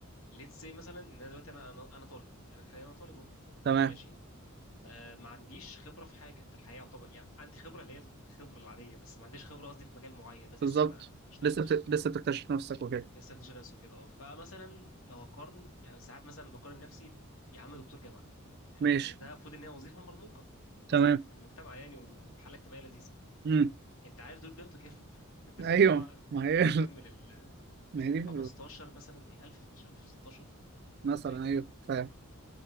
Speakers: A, on the left; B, on the right.
A: ليتس سي مثلا ان انا دلوقتي انا انا أنا طالب يعني حاليا انا طالب اهو
B: تمام
A: ماشي آه ما عنديش خبره في حاجه في الحياه طبعا يعني عندي خبره اللي هي الخبره العاديه بس ما عنديش خبره قصدي في مجال معين بس
B: بالظبط
A: لسه ما ما اشتغلتش
B: لسه بت... لسه بتكتشف نفسك وكده
A: لسه بكتشف نفسي وكده اه فمثلا لو هقارن يعني ساعات مثلا بقارن نفسي يا عم دكتور جامعه يعني
B: ماشي
A: ده المفروض ان هي وظيفه مرموقه مثلا
B: تمام
A: في المجتمع يعني وحاله اجتماعيه لذيذه
B: امم
A: انت عارف دول بياخدوا كام <laughs> دكاتره
B: ايوه
A: الجامعه
B: ما هي
A: بياخدوا كام من ال
B: ما هي دي
A: 15 مثلا ايه 1000 15000 16
B: مثلا
A: حاجه كده
B: ايوه فاهم